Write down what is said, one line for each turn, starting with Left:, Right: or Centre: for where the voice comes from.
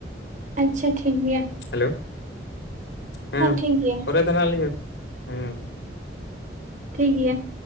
Right: ᱟᱪᱪᱷᱟ ᱴᱷᱤᱠ ᱜᱮᱭᱟ ᱾
Left: ᱦᱮᱞᱚ ᱦᱮᱸ
Right: ᱴᱷᱤᱠ ᱜᱮᱭᱟ
Left: ᱯᱚᱨᱮ ᱛᱮ ᱱᱟᱜ ᱞᱤᱧ ᱦᱮᱸ
Right: ᱴᱷᱤᱠ ᱜᱮᱭᱟ ᱾